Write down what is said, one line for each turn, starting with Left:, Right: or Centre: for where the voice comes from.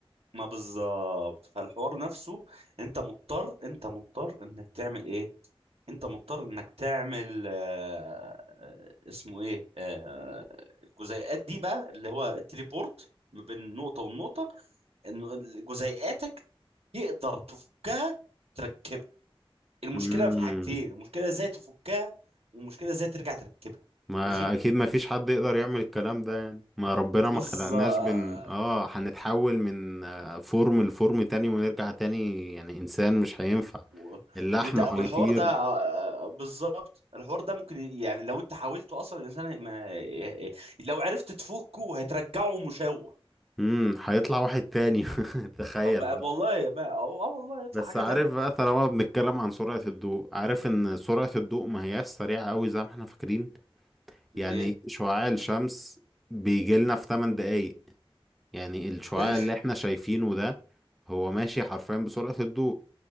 Right: ما بالظبط فالحوار نفسه انت مضطر انت مضطر انك تعمل ايه انت مضطر انك تعمل آه، آه، اسمه ايه آه، الجزيئات دي بقى اللي هو التليبورت ما بين نقطة والنقطة ان جزيئاتك تقدر تفكها تركبها المشكلة
Centre: امم
Right: في حاجتين المشكلة ازاي تفكها والمشكلة ازاي ترجع تركبها
Centre: ما
Right: ماشي
Centre: اكيد ما فيش حد يقدر يعمل الكلام ده يعني ما ربنا
Right: بالظبط
Centre: ما خلقناش بن اه هنتحول من آه، فورم لفورم تاني ونرجع تاني يعني انسان مش هينفع
Right: و-
Centre: اللحم
Right: وده
Centre: هيطير
Right: والحوار ده آه، آه، بالظبط الحوار ده ممكن ي- يعني لو انت حاولته اصلا الانسان ما ي- لو عرفت تفكه هترجعه مشوه
Centre: امم هيطلع واحد تاني <laughs> تخيل
Right: ما
Centre: مثلا
Right: والله ما اه آه والله يطلع
Centre: بس
Right: حاجة
Centre: عارف
Right: تانية
Centre: بقى طالما بنتكلم عن سرعة الضوء عارف ان سرعة الضوء ما هياش سريعة قوي زي ما احنا فاكرين
Right: ليه
Centre: يعني شعاع الشمس بيجيلنا في 8 دقايق يعني الشعاع
Right: ماشي
Centre: اللي احنا شايفينه ده هو ماشي حرفيا بسرعة الضوء